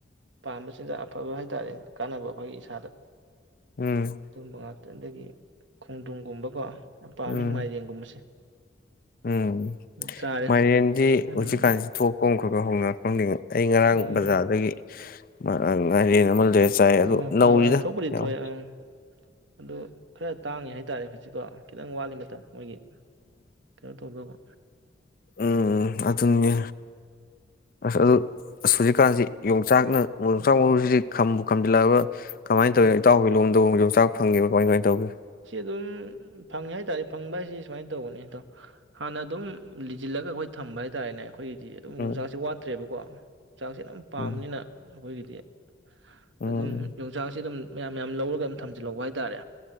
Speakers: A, on the right; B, on the left.
A: ꯄꯥꯟꯕ ꯆꯤꯟꯖꯥꯛ ꯑꯐꯕ ꯍꯥꯏꯇꯥꯔꯦ ꯀꯥꯟꯅꯕ ꯑꯈꯣꯏꯒꯤ ꯏꯁꯥꯗ
B: ꯎꯝ꯫
A: ꯑꯗꯨꯝꯕ ꯉꯥꯛꯇ ꯑꯗꯒꯤ ꯈꯣꯡꯗ꯭ꯔꯨꯝꯒꯨꯝꯕ ꯀꯣ ꯌꯥꯝ ꯄꯥꯝꯃꯤ
B: ꯎꯝ
A: ꯃꯥꯏꯔꯦꯟꯒꯨꯝꯕꯁꯦ
B: ꯎꯝ
A: ꯑꯗꯨꯝ ꯆꯥꯔꯦ
B: ꯃꯥꯏꯔꯦꯟꯗꯤ
A: ꯑꯌꯥꯝꯕꯅ
B: ꯍꯨꯖꯤꯛꯀꯥꯟꯖꯤ ꯊꯣꯛꯄꯃꯈꯛ <unintelligible> ꯑꯩ ꯉꯔꯥꯡ
A: ꯎꯝ
B: ꯕꯖꯥꯔꯗꯒꯤ <unintelligible>
A: ꯎꯝ
B: ꯅꯧꯔꯤꯗ
A: ꯍꯣꯏ ꯍꯣꯏ ꯊꯣꯛꯄꯨꯗꯤ
B: ꯌꯥꯝ
A: ꯊꯣꯛꯑꯦ ꯑꯪ ꯑꯗꯣ ꯈꯔ ꯇꯥꯡꯉꯤ ꯍꯥꯏꯇꯥꯔꯦ ꯍꯧꯖꯤꯛ ꯁꯤꯗꯣ ꯈꯤꯇꯪ ꯋꯥꯠꯂꯤ ꯃꯇꯝ ꯃꯣꯏꯒꯤ ꯀꯩꯅꯣ ꯇꯧꯗꯧꯕ
B: ꯎꯝ- ꯎꯝ- ꯑꯗꯨꯅꯦ ꯑꯁ ꯑꯗꯣ ꯑꯁ ꯍꯧꯖꯤꯛꯀꯥꯟꯖꯦ ꯌꯣꯡꯆꯥꯛ ꯆꯥꯛꯅ ꯌꯣꯡꯆꯥꯛ
A: ꯎꯝ
B: ꯃꯔꯨꯖꯤ ꯈꯝꯕ ꯂꯧꯁꯤꯟꯕ ꯉꯝꯗꯕ ꯀꯃꯥꯏ
A: ꯍꯣꯏ
B: ꯇꯧꯏꯅꯣ ꯏꯇꯥꯎꯒꯤ ꯂꯣꯟꯗꯨꯕꯣ ꯌꯣꯡꯆꯥꯛ ꯏꯇꯥꯎ ꯐꯪꯉꯦꯕ ꯀꯃꯥꯏ ꯀꯃꯥꯏ ꯇꯧꯒꯦ
A: ꯎꯝ- ꯐꯪꯉꯦ ꯍꯥꯏꯇꯥꯔꯦ ꯐꯪꯕ ꯍꯥꯏꯖꯦ ꯁꯨꯃꯥꯏ ꯇꯧꯕꯅꯤ ꯏꯇꯥꯎ ꯍꯥꯟꯅ ꯑꯗꯨꯝ ꯂꯤꯖꯤꯜꯂꯒ ꯑꯈꯣꯏ ꯊꯝꯕ ꯍꯥꯏꯇꯥꯔꯦꯅꯦ ꯑꯈꯣ ꯑꯩꯈꯣꯏꯒꯤꯗꯤ ꯑꯗꯨꯝ
B: ꯎꯝ
A: ꯌꯣꯡꯆꯥꯛꯁꯦ ꯋꯥꯠꯇ꯭ꯔꯦꯕꯀꯣ ꯆꯥꯡꯁꯦ ꯑꯗꯨꯝ ꯄꯥꯝꯅꯤꯅ
B: ꯎꯝ
A: ꯑꯈꯣꯏꯒꯤ ꯇꯥꯕ ꯉꯝꯗꯕ
B: ꯎꯝ
A: ꯑꯗꯨꯝ ꯌꯣꯡꯆꯥꯛꯁꯦ ꯑꯗꯨꯝ ꯃꯌꯥꯝ ꯃꯌꯥꯝ ꯂꯧꯔꯒ ꯑꯝ ꯊꯝꯖꯤꯜꯍꯧꯕ ꯍꯥꯏꯇꯥꯔꯦ